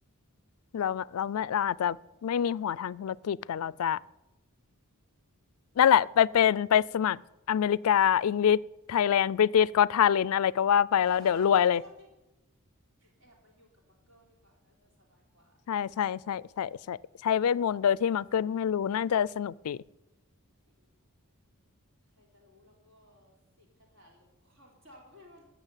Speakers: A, on the left (about 70°); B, on the right (about 60°).
A: เราเราไม่เราอาจจะไม่มีหัวทางธุรกิจแต่เราจะ
B: แล้วก็
A: นั่นแหละไปเป็นไปสมัครอเมริกาอังกฤษไทยแลนด์บริติชก็อตทาเลนต์อะไรก็ว่าไปแล้วเดี๋ยวรวยเลย
B: <laughs> เออใช่แอบมาอยู่กับมักเกิลดีกว่าน่าจะสบายกว่า
A: ใช่ใช่ใช่ใช่ใช่ใช้เวทมนต์โดยที่มังเกิลไม่รู้น่าจะสนุกดี
B: จริงใครจะรู้แล้วก็เสกคาถาลบความจำให้มัน